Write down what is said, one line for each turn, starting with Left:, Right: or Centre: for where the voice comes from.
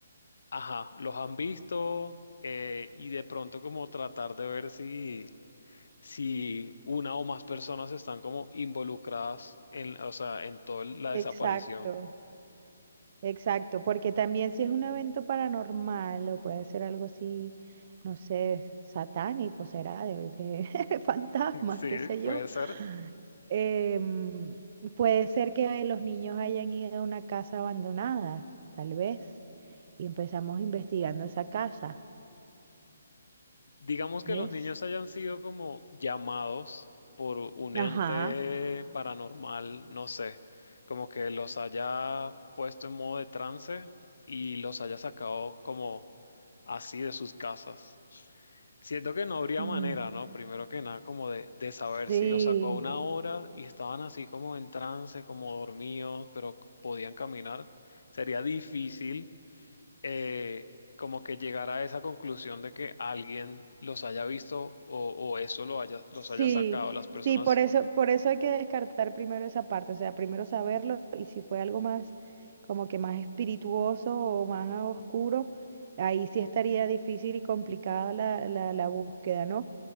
Left: ajá, ¿los han visto? Eh, y de pronto como tratar de ver si... si una o más personas están como involucradas en, o sea, en toda la
Right: exacto.
Left: desaparición.
Right: Exacto, porque también si es un evento paranormal o puede ser algo así, no sé, satánico, será, de, de <laughs> fantasmas,
Left: <laughs> Sí,
Right: qué sé
Left: puede
Right: yo.
Left: ser.
Right: em, puede ser que los niños hayan ido a una casa abandonada, tal vez, y empezamos investigando esa casa,
Left: Digamos
Right: ¿ves?
Left: que los niños hayan sido como llamados por un
Right: Ajá.
Left: ente paranormal, no sé, como que los haya puesto en modo de trance y los haya sacado como así de sus casas. Siento que no habría
Right: mm,
Left: manera, ¿no? Primero que nada, como de, de saber
Right: Sí,
Left: si los sacó a una hora y estaban así como en trance, como dormidos, pero podían caminar. Sería difícil eh, como que llegar a esa conclusión de que alguien los haya visto o, o eso lo haya, los
Right: Sí,
Left: haya sacado las personas,
Right: sí, por eso, por eso hay que descartar primero esa parte, o sea, primero saberlo y si fue algo más como que más espirituoso o más oscuro, ahí sí estaría difícil y complicada la, la, la búsqueda, ¿no?